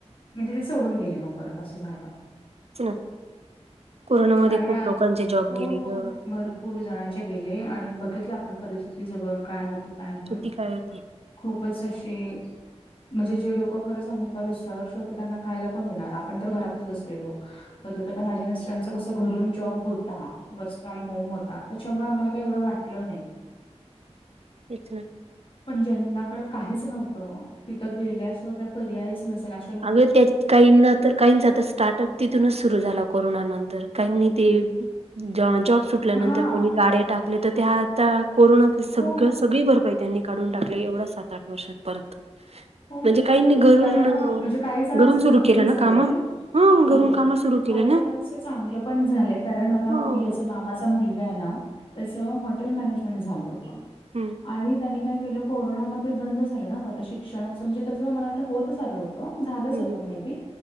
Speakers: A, on the left; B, on the right.
A: म्हणजे ते सोडून गेले मग बर असं झालं
B: तेच ना कोरोनामध्ये
A: आणि
B: खूप
A: आ
B: लोकांचे जॉब
A: हो
B: गेले ग
A: भरपूर पूर जणांचे गेले आणि बघितलं आपण परिस्थिती जवळून काय होती काय नाही
B: किती काय होते
A: खूपच असे म्हणजे जे लोक खरं सांगू कर्स होते त्यांना खायला कोण देणार आपण तर घरातच बसलेलो बर तर माझ्या मिस्टरांच कस घरून जॉब होता वर्स फ्रॉम होम च त्याच्यामुळे आम्हाला काही एवढं वाटलं नाही
B: इच ना
A: पण ज्यांनाकडे काहीच नव्हतं तिथं गेल्याशिवाय काही पर्यायच नसेल अशी
B: अग त्याच काही ना तर काहींचात स्टार्टअप तिथूनच सुरु झाला कोरोना नंतर काही ते जॉन जॉब सुटल्यानंतर
A: हा
B: कोणी गाडे टाकले तर त्या आता कोरोनानातील सगळं
A: हो
B: सगळी भर बाई त्यांनी काढून टाकले एवढा सात आठ वर्षात परत
A: हो
B: म्हणजे
A: हो
B: काहींनी घरून
A: कारण
B: अ
A: म्हणजे काही जणांचं
B: घरून
A: चांगलंही
B: सुरू केलं ना
A: झालंय
B: काम हा
A: हो
B: घरून
A: हो
B: काम सुरू केले
A: काही
B: ना
A: जणांचं चांगलं पण झालंय कारण आता
B: हं
A: तो मामाचा मुलगा आहे ना त्याच हॉटेल मॅनेजमेंट झालं होत
B: हम्म
A: आणि त्यांनी काय केलं कोरोनामध्ये बंद झालं ना ग आता शिक्षणाचं म्हणजे त्याचं मला वाटतं होतच आलं होतं झालंच
B: हं
A: होत मे बी